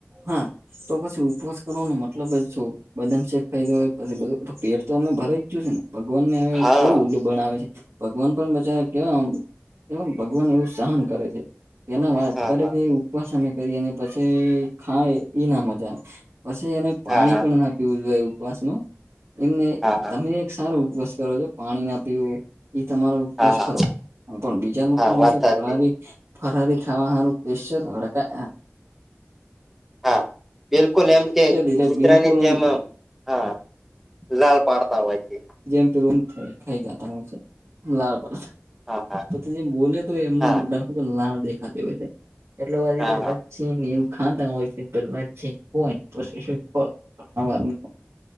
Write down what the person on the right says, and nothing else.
હમ તો પછી ઉપવાસ કરવાનો મતલબ જ શું બદામ શેક ખાયદો હોય પછી બધુ પેટ તો એમનુ ભરાય જ જયુ શે ને ભગવાન ને હ
કેવું ઉલ્લું બનાવે છે ભગવાન પણ બચારા કેવા એવમ્ ભગવાન એવું સહન કરે છે એના
કર કે ઉપવાસ અમે કરી પછી ખાય એ ના મજા આવે પછી એને પાણી
પણ ના પીવું જોએ ઉપવાસમાં એમને-તમે
એક સારો ઉપવાસ કરો છો. પાણી ના પીવો એ તમારો ઉપવાસ
ખરો પણ બીજા લોકો
હોય
છે
ફરાળી ફરારારી ખાવા હારુ પેશલ લડકા
એટલે
બિલકુલ
<unintelligible>
જેમ બોલે તો એમને
મોઢામાં લાર દેખાતી હોય છે. એટલે વરી
છીીન એવું ખાતા ઓયન પેલા છીંન હોયને પછી શું ખાવાનું